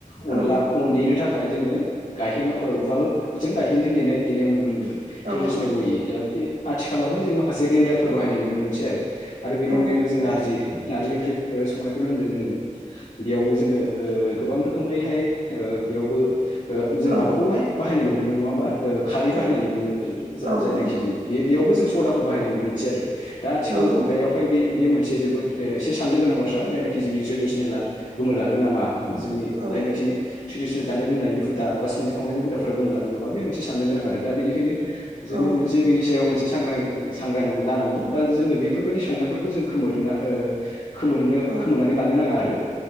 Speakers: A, on the left; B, on the right.
A: ओ
B: औ
A: अनला अन दे नो थाखाय जोङो गायहेन व ओ उआल जों गायहेनजों दानाय देनायाव नुनो मोनो
B: औ
A: ट्रेडिसनेल
B: नंगौ
A: वे दा बे आथिालावहाय जों मा माखासे रेन्डारफोर
B: औ
A: बाहायनाय नुनो मोनसै आरो बेनि
B: औ
A: अनगायैबो जों नारजि नारजि ओंख्रि संनायखौनो होनदों जोङो बेयावबो जोङो ओ गोबां रखोमैहाय ओ बेयावबो ओ जों
B: औ
A: माबाखौ बा हायनाय होदोंमोन नङा होनबा ओ खारै
B: औ
A: बाहायनाय नुनो मोनो
B: औ
A: जायनाखि
B: नंगौ
A: बे बेयावबो जों स सदाफोर बाहायनाय नुनो मोनसै आरो दा आथिखाल
B: नंगौ
A: खुगायावहाय बे बे मोनसे जोबोद एसे साननो गोनां बाथ थ्रा जायनाखि जोंनि ट्रेडिसनेनाला गोमोरलांगोन नामा जोंनि
B: औ
A: जायनाखि ट्रेडिनेल जानाय लोंनायनि हुदां बा संनाय खावनायनि हुदाफोरा गोमोरलांगोन नामा बे <unintelligible> साननो गोनां आरो दा बिनि बेखायनो जोङो
B: औ
A: मोनसे बिनि सायाव मोन मोनसे सांग्रां सांग्रां जानांगोन बा जोङो बेफोरबायदि संनायफोरखौ जों खोमोरना ओ खोमोरनो
B: औ
A: खोमोरनानै लानो नाङा आरो